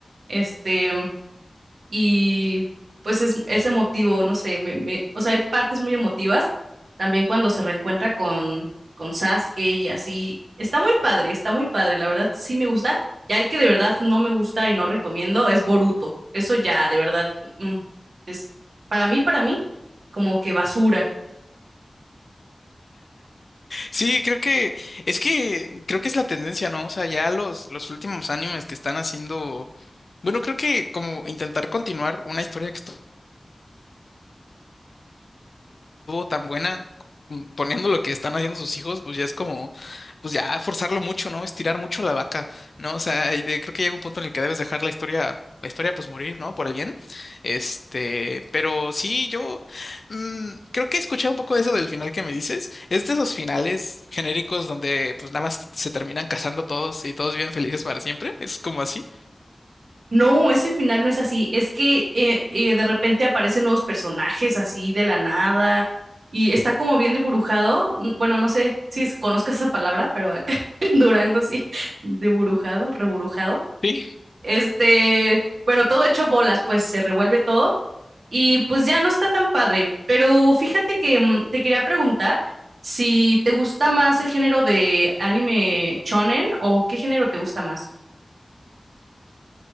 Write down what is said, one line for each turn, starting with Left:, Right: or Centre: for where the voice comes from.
Right: este, y pues es, es emotivo, no sé, me, me- o sea, hay partes muy emotivas, también cuando se reencuentra con, con Sasuke y así, está muy padre, está muy padre, la verdad sí me gusta, ya el que de verdad no me gusta y no recomiendo es Boruto, eso ya, de verdad, mm, es para mí, para mí, como que basura.
Left: Sí, creo que es que creo que es la tendencia, ¿no? O sea, ya los, los últimos animes que están haciendo Bueno, creo que como intentar continuar una historia que estuvo tan buena, mm, poniendo lo que están haciendo sus hijos, pues ya es como, pues ya forzarlo mucho, ¿no? Estirar mucho la vaca, ¿no? O sea, y de- creo que llega un punto en el que debes dejar la historia, la historia pues morir, ¿no? Por el bien. Este, pero sí, yo mm, creo que he escuchado un poco de eso del final que me dices. Es de esos finales genéricos donde pues nada más se terminan casando todos y todos viven felices para siempre. Es como así.
Right: No, ese final no es así. Es que eh, eh, de repente aparecen nuevos personajes así de la nada y está como bien deburujado. N- Bueno, no sé si es- conozcas esa palabra, pero acá <laughs> en Durango sí, deburujado, reburujado.
Left: Sí.
Right: Este, bueno, todo hecho bolas, pues se revuelve todo y pues ya no está tan padre. Pero fíjate que mm, te quería preguntar si te gusta más el género de anime shonen o qué género te gusta más.